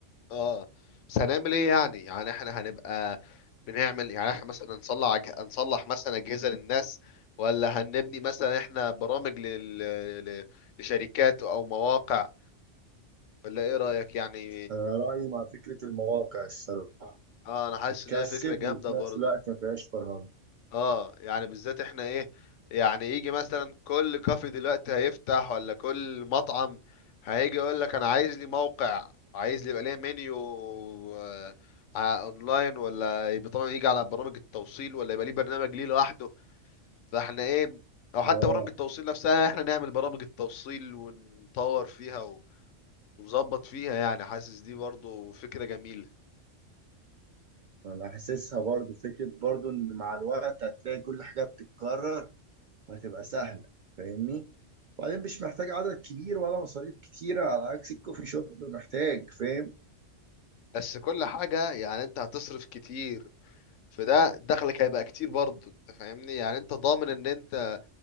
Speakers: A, on the left; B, on the right.
A: اه بس هنعمل ايه يعني يعني احنا هنبقى بنعمل يعني احنا مثلا نصلح أج... نصلح مثلا اجهزة للناس ولا هنبني مثلا احنا برامج لل... ل... لشركات او مواقع ولا ايه رأيك يعني
B: أنا رأيي مع فكرة المواقع الصراحة
A: اه انا حاسس
B: بتكسب
A: ان هي فكرة جامدة
B: وفي
A: برضه
B: نفس الوقت ما فيهاش فرهدة
A: اه يعني بالذات احنا ايه يعني يجي مثلا كل كافي دلوقتي هيفتح ولا كل مطعم هيجي يقول لك انا عايز لي موقع عايز لي يبقى ليه منيو آه، ع- اونلاين ولا يبقى طبعا يجي على برامج التوصيل ولا يبقى ليه برنامج ليه لوحده فاحنا ايه او حتى
B: آه
A: برامج التوصيل نفسها احنا نعمل برامج التوصيل ونطور فيها و- ونظبط فيها يعني حاسس دي برضو فكرة جميلة
B: أنا حاسسها برضو فكرة برضو إن مع الوقت هتلاقي كل حاجة بتتكرر وهتبقى سهلة فاهمني؟ وبعدين مش محتاج عدد كبير ولا مصاريف كتيرة على عكس الكوفي شوب محتاج فاهم؟
A: بس كل حاجة يعني انت هتصرف كتير فده دخلك هيبقى كتير برضه انت فاهمني يعني انت ضامن ان انت